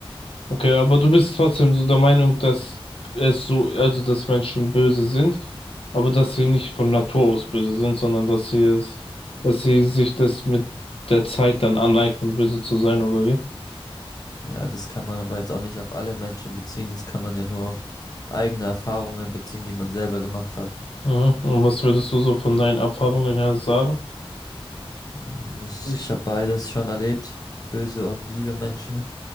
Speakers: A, on the left; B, on the left.
A: okay, aber du bist trotzdem so der Meinung, dass es so, also dass Menschen böse sind, aber dass sie nicht von Natur aus böse sind, sondern dass sie es, dass sie sich das mit der Zeit dann aneignen, böse zu sein, oder wie?
B: Ja, das kann man aber jetzt auch nicht auf alle Menschen beziehen, das kann man ja nur auf eigene Erfahrungen beziehen, die man selber gemacht hat.
A: Mhm. Und was würdest du so von deinen Erfahrungen her sagen?
B: Mm, es-
A: Ich,
B: Ich habe beides schon erlebt, böse und liebe Menschen.